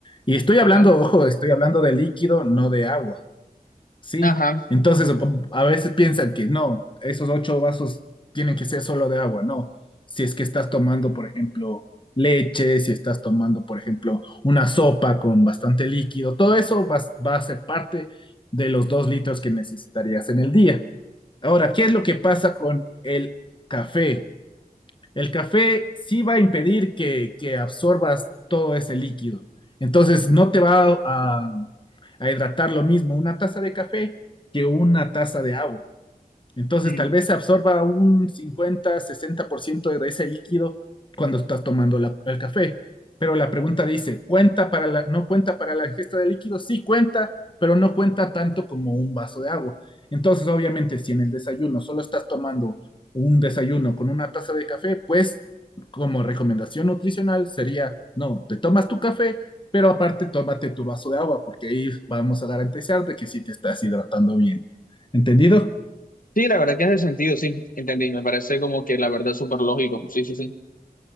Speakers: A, on the left; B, on the left.
A: Y estoy
B: ok.
A: hablando, ojo, estoy hablando de líquido, no de agua. Sí,
B: Ajá.
A: entonces mm, a veces piensan que no, esos ocho vasos tienen que ser solo de agua, no. Si es que estás tomando, por ejemplo, leche, si estás tomando, por ejemplo, una sopa con bastante líquido, todo eso va, va a ser parte de los dos litros que necesitarías en el día. Ahora, ¿qué es lo que pasa con el café? El café sí va a impedir que, que absorbas todo ese líquido. Entonces, no te va a, a hidratar lo mismo una taza de café que una taza de agua. Entonces,
B: mm.
A: tal vez se absorba un 50, 60% de ese líquido cuando estás tomando la- el café. Pero la pregunta dice, ¿cuenta para la, no cuenta para la ingesta de líquido? Sí cuenta, pero no cuenta tanto como un vaso de agua. Entonces, obviamente, si en el desayuno solo estás tomando un desayuno con una taza de café, pues como recomendación nutricional sería, no, te tomas tu café, pero aparte tómate tu vaso de agua, porque ahí vamos a garantizar de que sí te estás hidratando bien. ¿Entendido?
B: Sí, la verdad que hace sentido, sí. Entendí. Me parece como que la verdad es súper lógico. Sí, sí, sí.